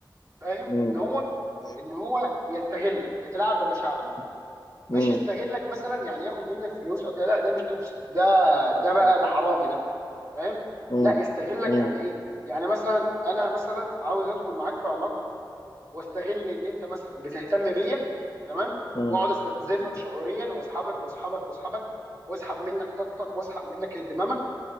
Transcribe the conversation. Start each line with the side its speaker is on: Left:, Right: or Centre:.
Right: فاهم؟
Left: مم.
Right: ان هو
Left: ايوه
Right: ان هو يستغلك يتلاعب بمشاعرك
Left: مم.
Right: مش
Left: مم.
Right: يستغلك مثلا يعني ياخد منك فلوس او كده لا ده مش توكسيك ده ده بقى
Left: مم.
Right: ده حرامي ده فاهم
Left: مم.
Right: لا يستغلك
Left: مم.
Right: يعني ايه يعني مثلا انا مثلا عاوز ادخل معاك في علاقه واستغل ان انت مثلا بتهتم بيا تمام
Left: مم.
Right: واقعد استنزفك
Left: مم.
Right: شعوريا واسحبك واسحبك واسحبك واسحب منك طاقتك واسحب منك اهتمامك